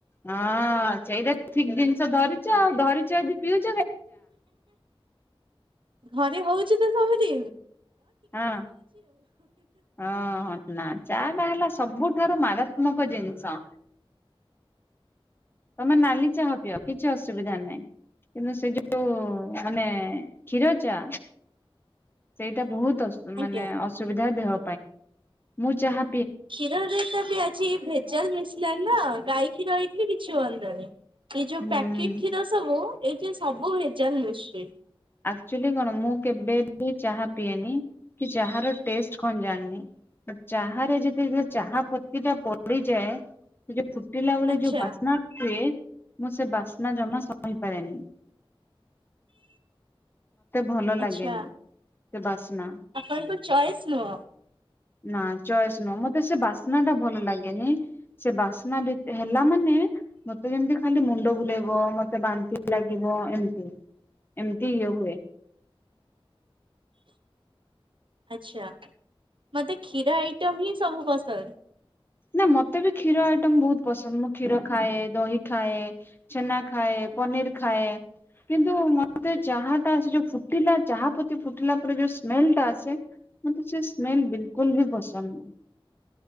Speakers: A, on the left; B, on the right.
A: ହଁ ସେଇଟା ଠିକ ଜିନ ଧରିଚଛ ଆଉ ଧରିଚ ଯଦି ପିଉଛି
B: ଘରେ ହଉଛି ସବୁତି
A: ହଁ ହଁ ନା ଚା ଟା ହେଲା ସବୁଠାରୁ ମାରାତ୍ମକ ଜିନିଷ ତମେ ନାଲି ଚାହା ପିଅ କିଛି ଅସୁବିଧା ନାହିଁ କିନ୍ତୁ ସେ ଯୋଉ ମାନେ କ୍ଷୀର ଚା ସେଇଟା ବହୁତ ମାନେ
B: ଆଜ୍ଞା।
A: ଅସୁବିଧା ଦେହ ମୁଁ ଯାହା
B: କ୍ଷୀରରେ ତ ବି ଆଜି ଭେଜଲ ମିଶିଲଣି ନା ଗାଈ କୀର ରଇଥିଲେ କିଛି ହୁଅନ୍ତାନ ଏଇ ଯୋଉ
A: ହୁଁ
B: ପ୍ୟାକେଟ କ୍ଷୀର ସବୁ ଏଇଠି ସବୁ ଭେଜାଷ ହ
A: ଆକ୍ଚୁଲି କଣ ମୁଁ କେବେ ବି ଚାହା ପିଏନି କି ଚା ର ଟେଷ୍ଟ କଣ ଜାଣିିନି ଚାାରେ ଯଦି ଚାହା ପତି ଟା ପଡିଯାଏ କୁଟିଲା ବେଳେ
B: ଆଚ୍ଛା।
A: ଯୋଉ ବାସ୍ନା ହୁଏ ମୁଁ ସେ ବାସ୍ନା ଜମା ସ କରନି ଭଲ ଲାଗେନି।
B: ଆଛା
A: ସେ ବାସ୍ନା
B: ଆପଣଙ୍କ ଚଏସ୍ ନୁହଁ
A: ନା ଚଏସ୍ ନୁହଁ ମତେ ସେ ବାସ୍ନା ଟା ଭଲ ଲାଗେନି ସେ ବାସ୍ନା ଭ ହେଲା ମାନେ ମତେ ଯେମିତି ଖାଲି ମୁଣ୍ଡ ବୁଲେଇବ ମତେ ବାନ୍ତି ଲାଗିବ ଏମତି ିଓ ହଏ
B: ଆଚଛା ମତେ କ୍ଷୀର ଆଇଟମ୍ ହିଁ ସବୁ ପସନ୍ଦ
A: ନା ମତେ ବି କ୍ଷୀର ଆଇଟମ ବହୁତ ପସନ୍ଦ ମୁଁ କ୍ଷୀର ଖାଏ ଦହି ଖାଏ ଛେନା ଖାଏ ପନିର ଖାଏ କିନ୍ତୁ ମତେ ଚାହା ଟା ଯୋଉ ଫୁଟିଲା ଚାହା ପ୍ରତି ଫୁଟିଲା ପରେ ଯୋଉ ସ୍ମେଲ ଟା ଆସେ ମତେ ସେ ସ୍ମେଲ ବିଲକୁଲ ବି ପସନ୍ଦ ନାହିଁ